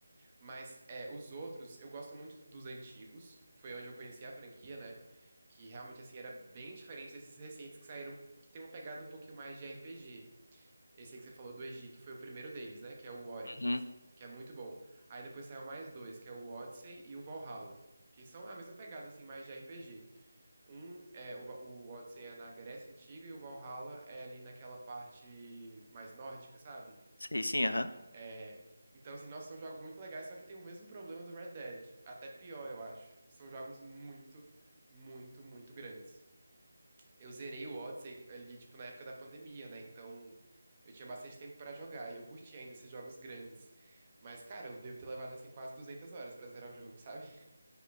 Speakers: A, on the right; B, on the left.
A: Mas é, os outros, eu gosto muito dos antigos, foi onde eu conheci a franquia, né? Que realmente, assim, era bem diferente desses recentes que saíram, que tem uma pegada um pouquinho mais de RPG. Esse aí que você falou do Egito foi o primeiro deles, né? Que é o Origins,
B: uhum.
A: que é muito bom. Aí depois saiu mais dois, que é o Odyssey e o Valhalla, que são a mesma pegada, assim, mais de RPG. Um é o, Va- o Odyssey é na Grécia Antiga e o Valhalla é ali naquela parte mais nórdica, sabe?
B: Sei sim, aham.
A: É, então, assim, nossa, são jogos muito legais, só que tem o mesmo problema do Red Dead. Até pior, eu acho. São jogos muito, muito, muito grandes. Eu zerei o Odyssey ali, tipo, na época da pandemia, né? Então, eu tinha bastante tempo pra jogar e eu curti ainda esses jogos grandes. Mas, cara, eu devo ter levado, assim, quase 200 horas pra zerar o jogo, <laughs> sabe?